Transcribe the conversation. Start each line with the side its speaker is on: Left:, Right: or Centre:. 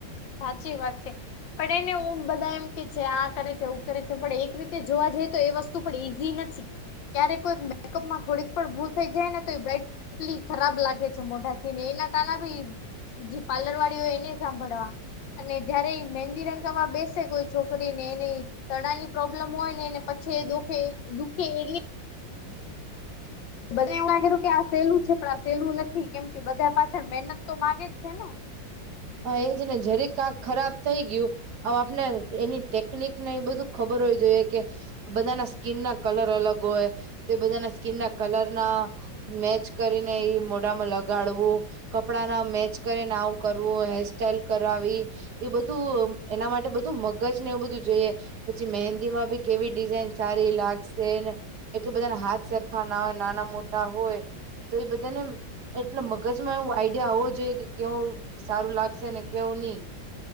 Left: સાચી વાત છે. પણ એને હું બધા એમ કે છે આ કરે છે એું કરે છે પણ એક રીતે જોવા જઈએ તો એ વસ્તુ. પણ ઈઝી નથી ક્યારે કોઈ મેકઅપ માં થોડીક પણ ભૂલ થઈ જાયને તો બ્રટ કેટલી ખરાબ લાગે છે મોઢાથીને એના કારણે ભી જે પાર્લર વાળી હોય એને સાંભળવા. અને જયારે મહેંદીરંગા માં બેસે કોઈ છોકરી ને એની તણાની પ્રોબ્લેમ હોય નેને પછી દુઃખે દુખે એટલે બધા આ સહેલું છે પણ આ સહેલું નથી કેમ કે બધા પાછળ મહેનત તો માગે જ છે ને.
Right: હા એજ ને જરી કાક ખરાબ થઈ ગયું. હ આપણે એની ટેકનિક ને એ બધું ખબર હોવી જોઈએ કે. બધાના સ્કીનના કલર અલગ હોય તો એ બધાના સ્કીનના કલરના મેચ કરીને ઈ મોઢામાં લગાડવું કપડા ના મેચ કરીને આવું કર વો હેરસ્ટાઈલ કરાવી એ બધું એના માટે બધું મગજ ને એવું બધું જોઈએ. પછી મેહેંદી માં બી કેવી ડિઝાઇન સારી લાગશે ને એકતો બધાના હાથ સરખા ના હોય નાના મોટા હોય. તો એ બધાને એટલે મગજમાં એવું આઈડિયા હોવો જોઈએ કે કેવું સારું લાગશે ને કેવું ની.